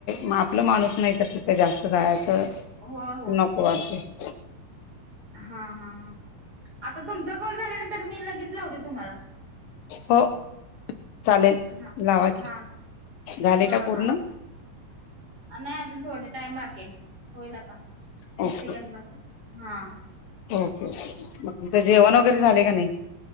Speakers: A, on the left; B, on the right.
A: म आपलं माणूस नाही तर तिथे जास्त जायचं
B: होय
A: नको वाटतंय.
B: हां हां हां आता तुमचा कॉल झाल्यानंतर मी लगेच लावते तुम्हाला.
A: हो चालेल
B: हा
A: लावा की
B: हा
A: झाले
B: हा
A: काय पूर्ण?
B: हा नाही अजून थोडे टाईम बाकी आहे होईल आता. तीस
A: ओके
B: सेकंद बाकी आहे हां.
A: ओके ओके मग तुमचं जेवण
B: मी
A: वगैरे झाले का नाही?